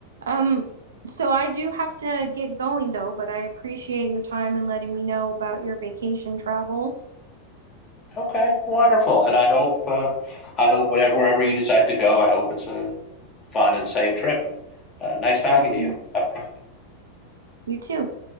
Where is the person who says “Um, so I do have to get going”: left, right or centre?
Right